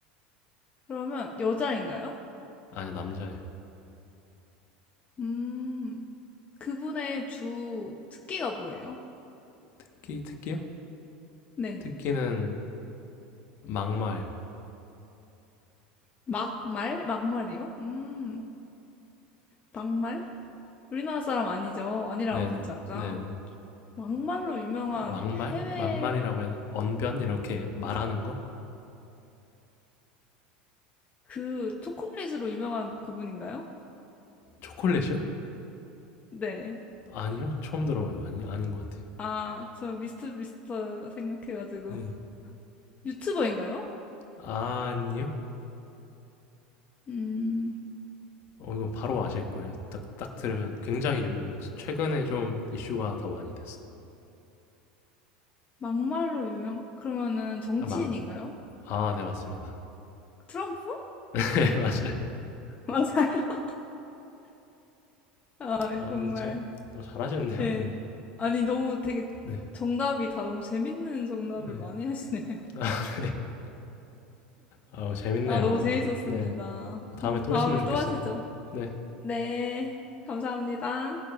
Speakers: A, on the left; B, on the left.
A: 그러면 여자인가요?
B: 아니 남자예요.
A: 음, 그분의 주 특기가 뭐예요?
B: 특기 특기요?
A: 네.
B: 특기는 막말.
A: 막말? 막말이요? 음, 막말? 우리나라 사람 아니죠? 아니라고
B: 네네
A: 하셨죠, 아까.
B: 네네.
A: 막말로 유명한
B: 막말
A: 해외
B: 만말이라고 해야 돼. 언변 이렇게 말하는 거?
A: 그 초콜릿으로 유명한 그분인가요?
B: 초콜릿이요?
A: 네.
B: 아니요, 처음 들어봐요. 아니, 아닌 것 같아요.
A: 아, 저 미스터 미스터 생각해가지고.
B: 네.
A: 유튜버인가요?
B: 아니요?
A: 음,
B: 어, 이거 바로 아실 거예요. 딱, 딱 들으면 굉장히 유명해요. 지- 최근에 좀 이슈가 더 많이 됐어요.
A: 막말로 유명, 그러면은 정치인인가요?
B: 아, 망, 아, 네, 맞습니다.
A: 트럼프?
B: <laughs> 네, 맞아요.
A: <laughs> 맞아요. 아,
B: 아,
A: 정말.
B: 근데 잘, 어, 잘하시는데요?
A: 네.
B: 네.
A: 아니, 너무 되게
B: 네.
A: 정답이 다 너무 재밌는 정답을
B: 네.
A: 많이 하시네요.
B: <laughs> 아, 재밌네요.
A: 아, 너무
B: 아,
A: 재밌었습니다.
B: 네. 다음에
A: <laughs>
B: 또
A: 다음에
B: 했으면 좋겠어요.
A: 또 하시죠.
B: 네.
A: 네, 감사합니다.